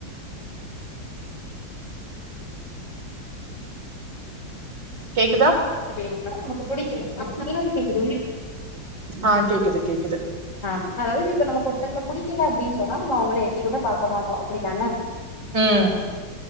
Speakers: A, on the right; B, on the left.
A: கேக்குதா
B: ஏன்னா நமக்கு புடிக்கல அதனால அது கேக்குது
A: ஆஹ் கேக்குது கேக்குது
B: ஆ அதாவது இப்ப நமக்கு ஒருத்தங்கள புடிக்கல அப்டின்னு சொன்னா அவங்கள எட்டி வி பாக்க மாட்டோ அப்டிதான
A: ம்